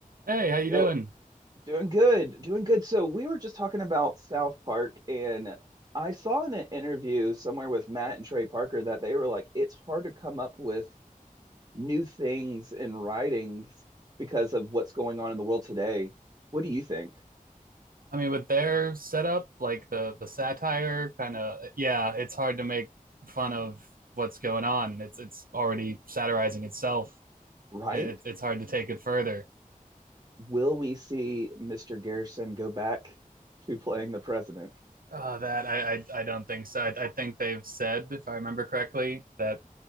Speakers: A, on the right; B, on the right.
A: Hey, how you
B: So,
A: doing?
B: doing good, doing good. So, we were just talking about South Park, and I saw in an interview somewhere with Matt and Trey Parker that they were like, it's hard to come up with new things in writings because of what's going on in the world today. What do you think?
A: I mean, with their setup, like the the satire kind of, yeah, it's hard to make fun of what's going on. It's it's already satirizing itself.
B: Right?
A: It, it's hard to take it further.
B: Will we see Mr. Garrison go back to playing the president?
A: Uh, that I, I I don't think so. I, I think they've said, if I remember correctly, that